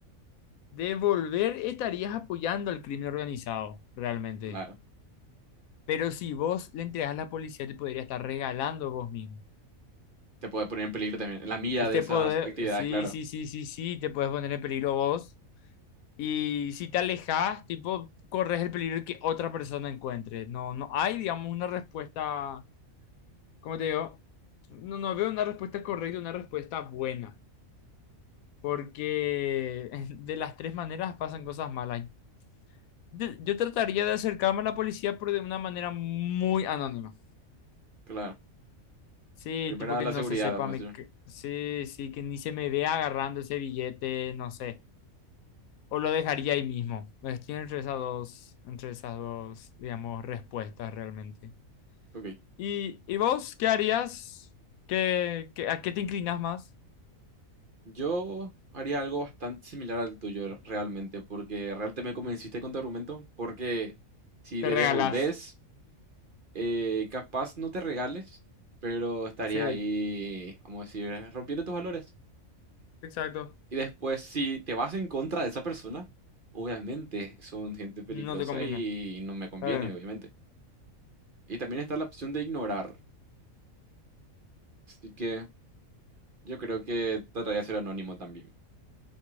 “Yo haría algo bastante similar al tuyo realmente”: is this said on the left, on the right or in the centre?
Right